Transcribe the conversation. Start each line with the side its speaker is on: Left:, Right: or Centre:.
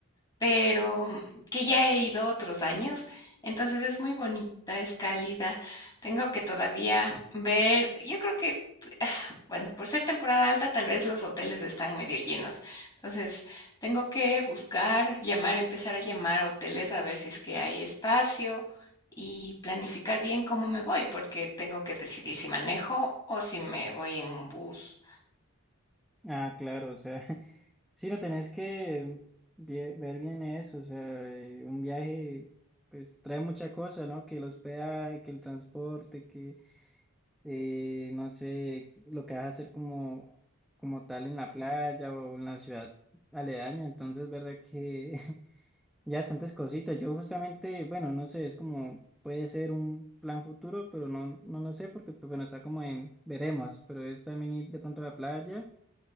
Left: pero que ya he ido otros años. Entonces es muy bonita, es cálida. Tengo que todavía ver, yo creo que, bueno, por ser temporada alta, tal vez los hoteles están medio llenos. Entonces tengo que buscar, llamar, empezar a llamar a hoteles a ver si es que hay espacio y planificar bien cómo me voy, porque tengo que decidir si manejo o si me voy en un bus.
Centre: Ah, claro, o sea, <laughs> sí lo tenés que vie- ver bien eso, o sea, eh, un viaje pues trae mucha cosa, ¿no? Que el hospedaje, que el transporte, que eh, no sé, lo que vas a hacer como, como tal en la playa o en la ciudad aledaña, entonces, verdad que <laughs> ya bastantes cositas. Yo justamente, bueno, no sé, es como puede ser un plan futuro, pero no, no lo sé porque, pues, bueno, está como en veremos, pero es también ir de pronto a la playa